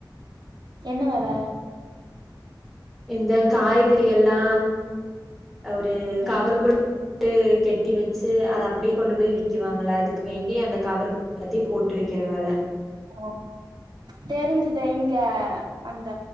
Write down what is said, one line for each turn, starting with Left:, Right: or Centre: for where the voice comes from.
Right: என்ன வேல
Centre: இந்த காய்கறி எல்லா ஒரு
Right: ம்
Centre: கவர்குள் ட்டு கெட்டி வச்சு அத அப்டியே கொண்டு போய் விக்குவாங்கள அதுக்கு வேண்டி அந்த கவர் எல்லாத்தையு போட்டு வைக்கிற வேல
Right: ஒ தெருஞ்சுது இங்க அந்த